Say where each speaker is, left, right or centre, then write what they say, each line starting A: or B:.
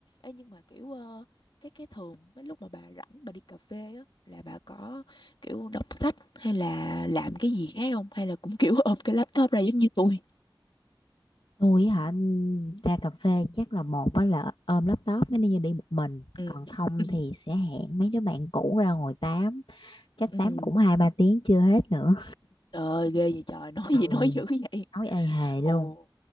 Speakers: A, on the left; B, on the left.
A: Ê, nhưng mà kiểu ờ, cái cái thường mấy lúc mà bà rảnh bà đi cà phê á là bà có kiểu đọc sách hay là làm cái gì khác không hay là cũng kiểu <laughs> ôm cái laptop ra giống như tôi
B: Tôi hả ừm, ra cà phê chắc là một á là ôm laptop nó đi như đi một mình
A: ừ
B: còn không
A: <laughs>
B: thì sẽ hẹn mấy đứa bạn cũ ra ngồi tám chắc
A: ừ
B: tám cũng hai ba tiếng chưa hết nữa
A: trời ơi, ghê vậy trời <laughs> nói
B: ừ
A: gì nói dữ vậy
B: nói ê hề luôn
A: Ồ.